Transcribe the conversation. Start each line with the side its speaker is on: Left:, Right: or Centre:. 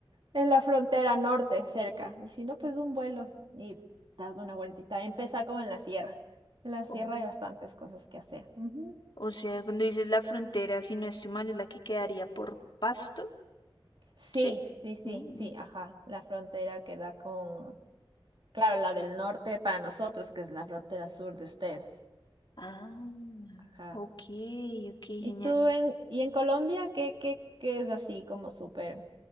Right: en la frontera norte, cerca. Y si no, pues un vuelo y das una vueltita. Empezar como en la sierra. En la sierra
Left: oh.
Right: hay bastantes cosas que hacer. Ujú.
Left: O sea, cuando dices la frontera, si no estoy mal, es la que quedaría por Pasto,
Right: Sí,
Left: ¿sí?
Right: sí, sí,
Left: Mm.
Right: sí, ajá. La frontera que da con, claro, la del norte para nosotros, que es la frontera sur de ustedes.
Left: Ah,
Right: Ajá.
Left: ok, ok,
Right: ¿Y
Left: genial.
Right: tú en, y en Colombia qué, qué, qué es así como súper